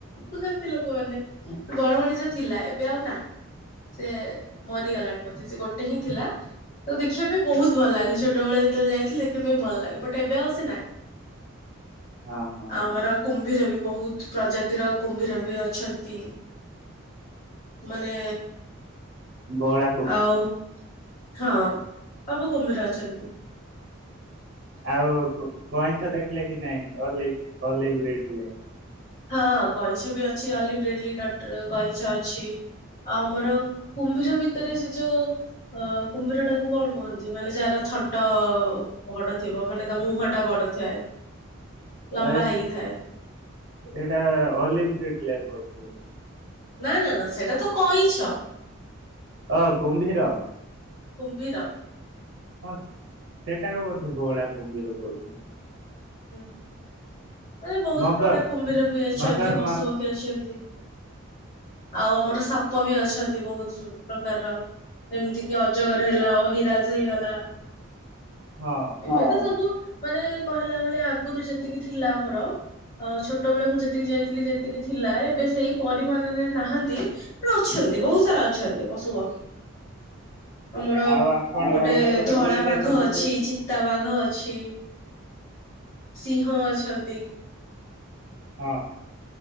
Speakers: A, on the left; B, on the right.
A: କୁହନ୍ତି ଲୋକମାନେ, ବଣମଣିଷ ଥିଲା ଏବେ ଆଉ ନାହିଁ। ସେ ମରିଗଲା ବୋଧେ ସେ ଗୋଟେ ହିଁ ଥିଲା। ତ ଦେଖିବା ପାଇଁ ବହୁତ ଭଲ ଲାଗେ। ଛୋଟବେେଳେ ଯେତେବେଳେ ଯାଇଥିଲେ ଦେଖିବାପାଇଁ ଭଲ ଲାଗେ ବଟ ଏବେ ଆଉ ସେ ନାହିଁ।
B: ହଁ ହଁ
A: ଆମର, କୁମ୍ଭୀର ବି ବହୁତ ପ୍ରଜାତିର କୁମ୍ଭୀର ବି ଅଛନ୍ତି। ମାନେ
B: ବଅଳା,
A: ଆଉ ହଁ ସବୁ କୁମ୍ଭୀର ଅଛନ୍ତି,
B: ଆଉ କଇଁଛଦେଖିଲ କି ନାଇଁ ଅଲିଭ ଅଲିଭ ଦେଇଥିଲେ,
A: ହଁ କଇଁଛ ବି ଅଛି ଅଲିଭ ରେଡିଲନଟ୍ କଇଁଛ ଅଛି। ଆମର କୁମ୍ଭୀର ଭିତରେ ସେ ଯୋଉ? ଅ କୁମ୍ଭୀର ଟାକୁ କଣ କୁହନ୍ତି ମାନେ ଯାହାର ଥଣ୍ଟ? ବଡ ଥିବ ମାନେ ତା ମୁହଁ ଟା ବଡ ଥାଏ ଲମ୍ବା
B: ଏ
A: ହେଇକି ଥାଏ।
B: ଏଇଟା ଅଲିିବିରିଡି ଲାଇଫବୋଧେ
A: ନା ନା ନା ସେଇଟା ତ କଇଁଛ,
B: ଅ କୁମ୍ଭୀର।
A: କୁମ୍ଭୀର।
B: ହଁ ସେଟା କୁ ବୋଧେଗୋଉଳାକୁମ୍ଭୀର କହୁଛନ୍ତି?
A: ହୁଁ, ମାନେ ବହୁତ
B: ମଗର
A: ପ୍ରକାର କୁମ୍ଭୀର ବି ଅଛନ୍ତି
B: ମଗର
A: ପଶୁପକ୍ଷୀ,
B: ମାଛ
A: କିଏ ଅଛନ୍ତି କି? ଆଉ ଆମର ସାପ ବି ଅଛନ୍ତି ବହୁତ ପ୍ରକାରର, ଏମିତି କିି ଅଜଗର ହେଲା ଅହିରାଜ ହେଇଗଲା।
B: ହଁ।
A: ଏବେ ସବୁ ମାନେ କହିଲା ଭଳିଆ ଆଗରୁ ଯେତିକି ଥିଲା ଆମର ଅ ଛୋଟବେଳେ ମୁଁ ଯେତିକି ଯାଇଥିଲି ଯେତିକି ଥିଲା ଏବେ ସେଇ ପରିମାଣରେ ନାହାନ୍ତି ଆହୁରି ଅଛନ୍ତି ବହୁତ ସାରା ଅଛନ୍ତି ପଶୁ ପକ୍ଷୀ। ଆମର
B: ଆଉ ଆପଣ
A: ଗୋଟେ
B: ଏପଟେ
A: ଧଳା
B: ବୁଲି ଯାଇଛନ୍ତି?
A: ବାଘ ଅଛି ଚି ଚିତା ବାଘ ଅଛି ସିଂହ ଅଛନ୍ତି।
B: ହଁ।